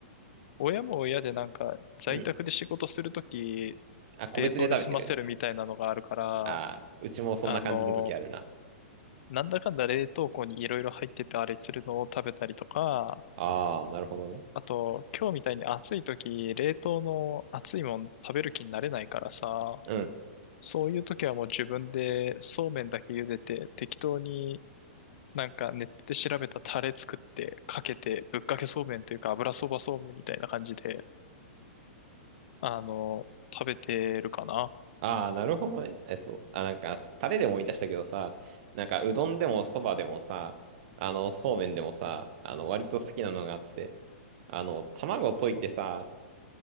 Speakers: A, on the left; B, on the right.
A: 親も親でなんか、在宅で仕事するとき、
B: うん。あ、個別で食べてる
A: 冷凍で済ませるみたいなのがあるから、
B: ああー、うちもそんな感じの時あるな。
A: あのなんだかんだ冷凍庫にいろいろ入っててあれするのを食べたりとか、
B: ああ、なるほどね。
A: あと、今日みたいに暑い時、冷凍の熱いもん食べる気になれないからさ、
B: うん
A: そういう時はもう自分でそうめんだけ茹でて、適当になんかネットで調べたタレ作ってかけて、ぶっかけそうめんというか油そばそうめんみたいな感じで、あの、食べてるかな。
B: ああ、なるほどね。え、そう。あ、なんか、タレでも思い出したけどさ、なんか、うどんでもそばでもさ、あの、そうめんでもさ、あの、割と好きなのがあって、あの、卵溶いてさ、